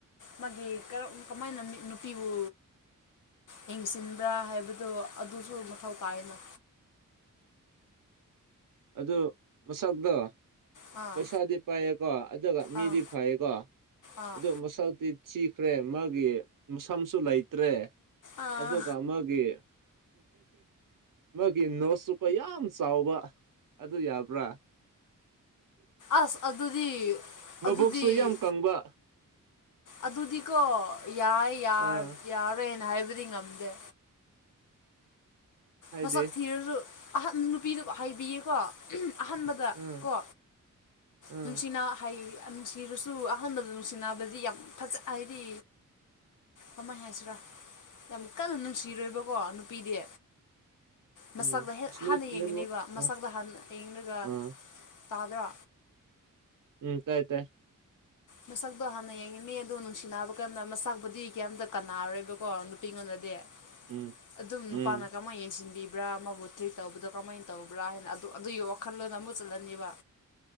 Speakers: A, on the left; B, on the right.
A: ꯃꯥꯒꯤ ꯀꯝ ꯀꯃꯥꯏꯅ ꯅꯨꯄꯤꯕꯨ ꯌꯦꯡꯁꯤꯟꯕ꯭ꯔꯥ ꯍꯥꯏꯕꯗꯨꯣ ꯑꯗꯨꯁꯨ ꯊꯊꯧ ꯀꯥꯏꯅ
B: ꯑꯗꯨ ꯃꯁꯛꯇꯣ
A: ꯑꯥ
B: ꯄꯩꯁꯥꯗꯤ ꯐꯥꯏꯌꯦꯀꯣ ꯑꯗꯨꯒ ꯃꯤꯗꯤ
A: ꯑꯥ
B: ꯐꯥꯏꯌꯦꯀꯣ
A: ꯑꯥ
B: ꯑꯗꯨꯗ ꯃꯁꯥꯎ ꯆꯤ ꯐ꯭ꯔꯦ ꯃꯥꯒꯤ ꯃꯁꯝꯁꯨ ꯂꯩꯇ꯭ꯔꯦ
A: ꯑꯥ
B: ꯑꯗꯨꯒ ꯃꯥꯒꯤ ꯃꯥꯒꯤ ꯅꯣꯠ ꯆꯨꯞꯄ ꯌꯥꯝ ꯆꯥꯎꯕ ꯑꯗꯨ ꯌꯥꯕ꯭ꯔꯥ
A: ꯑꯁ ꯑꯗꯨꯗꯤ
B: ꯃꯕꯣꯛꯁꯨ
A: ꯑꯗꯨꯗꯤ
B: ꯌꯥꯝ ꯀꯪꯕ
A: ꯑꯗꯨꯗꯤꯀ ꯌꯥꯏ
B: ꯑꯥ
A: ꯌꯥꯔꯣꯏꯅ ꯍꯥꯏꯕꯗꯤ ꯉꯝꯗꯦ
B: ꯍꯥꯏꯗꯤ
A: ꯃꯁꯛ ꯊꯤꯔꯁꯨ ꯑꯍ ꯅꯨꯄꯤꯗꯨ ꯍꯥꯏꯕꯤꯌꯦꯀꯣ ꯑꯍꯥꯟꯕꯗ
B: ꯎꯝ
A: ꯀꯣ
B: ꯎꯝ
A: ꯅꯨꯡꯁꯤꯅ ꯍꯥꯏ ꯅꯨꯡꯁꯤꯔꯁꯨ ꯑꯍꯥꯟꯕꯗ ꯅꯨꯡꯁꯤꯅꯕꯗꯤ ꯌꯥꯝ ꯐꯖ ꯍꯥꯏꯗꯤ ꯃꯃꯥꯏ ꯍꯥꯏꯁꯤꯔꯥ ꯌꯥꯝ ꯀꯟꯅ ꯅꯨꯡꯁꯤꯔꯣꯏꯕꯀꯣ ꯅꯨꯄꯤꯗꯤ ꯃꯁꯛꯇ
B: ꯎꯝ
A: ꯍꯦꯛ
B: ꯑꯁ ꯅꯦꯠ
A: ꯍꯥꯟꯅ
B: ꯅꯦꯠꯋꯥꯛ
A: ꯌꯦꯡꯒꯅꯦꯕ ꯃꯁꯥꯛꯗ
B: ꯑꯥ
A: ꯍꯥꯟꯅ ꯌꯦꯡꯉꯒ
B: ꯑꯥ
A: ꯇꯥꯗ
B: ꯎ ꯇꯥꯏ ꯇ
A: ꯃꯁꯥꯛꯛꯇꯣ ꯍꯥꯟꯅ ꯌꯦꯡꯉꯤꯅꯦ ꯑꯗꯣ ꯅꯨꯡꯁꯤ ꯅꯥꯅꯕ ꯀꯥꯟꯗ ꯃꯁꯥꯕꯨꯗꯤ ꯀꯩꯝꯇ ꯀꯅꯥꯔꯔꯣꯏꯕꯀꯣ ꯅꯨꯄꯤꯉꯣꯟꯗꯗꯤ
B: ꯎꯝ
A: ꯑꯗꯨꯝ ꯅꯨꯄꯥꯅ
B: ꯎꯝ
A: ꯀꯃꯥꯏꯅ ꯌꯦꯡꯁꯤꯟꯕꯤꯕ ꯭ꯔ ꯃꯕꯨꯇ꯭ꯔꯤ ꯇꯧꯕꯗꯣ ꯀꯃꯥꯏꯅ ꯇꯧꯕ꯭ꯔꯥ ꯍꯥꯏꯅ ꯑꯗꯨꯒꯤ ꯋꯥꯈꯜꯂꯣꯟꯅ ꯑꯃꯨꯛ ꯆꯠꯂꯅꯤꯕ